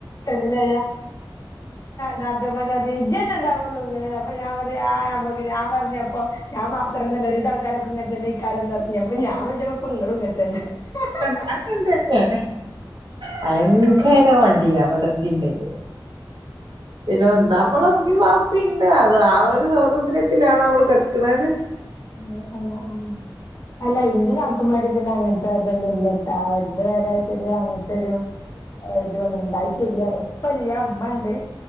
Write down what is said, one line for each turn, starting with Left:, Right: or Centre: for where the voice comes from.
Left: ന്റെ നാത്തൂൻമാര് പറയി ജെന്നെ ഉണ്ടാവുള്ളൂ ഇങ്ങനെ അപ്പൊ ഞാൻ പറ ആ ഞാ പറഞ്ഞപ്പോ ഞാൻ മാത്രന്നല്ല ഒരിവിധം ആൾക്കാരൊക്കെ ഇങ്ങനെ തന്നെ ആക്കാരം പറഞ്ഞ അപ്പ ഞാൻ വിളിച്ചപ്പ ഇങ്ങളും എങ്ങനെ തന്നെ <unintelligible>
Right: <unintelligible> തന്നെ ഭയങ്കര മടിയാ അവിടത്തിണ്ടെങ്കി പിന്നെ ഒന്ന് നമ്മളെ ഇമ്മിമ വാപ്പിണ്ട് അത് ആ ഒരു സ്വാതന്ത്ര്യത്തിലാണ് അവൾ കിടക്കിണത്
Left: ആ ആ ആ അല്ല എന്റെ നാതു അമാരി പിന്നെ അങ്ങനത്തെ അതൊന്നുല്ലട്ടാ അത് വരായിട്ടൊരു അങ്ങനത്തെരു ഇത് ഉണ്ടായിട്ടില്ല ഉപ്പല്ല ഉമ്മണ്ട്